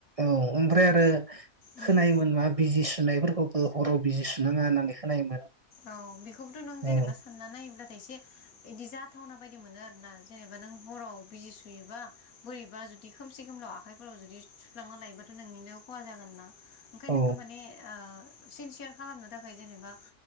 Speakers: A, on the right (about 40°); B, on the left (about 65°).
A: औ ओमफ्राय आरो
B: उम
A: खोनायोमोनबा बिजि सुनायफोरखौबो हराव बिजि सुनाङा होननानै खोनायोमोन।
B: औ बेखौबोथ' नों जेनेबा
A: औ
B: सानना नायोब्लाथाय एसे बिदि जाथावना बायदि मोनो आरो ना जेनेबा नों हराव बिजि सुयोबा बोरैबा जुदि खोमसि खोमलाव आखाइफोराव जुदि सुफ्लांना लायोबाथ' नोंनिनो खहा जागोन ना ओंखाय
A: औ
B: नोंखौ माने ओ सिनसियार खालामनो थाखाय जेनेबा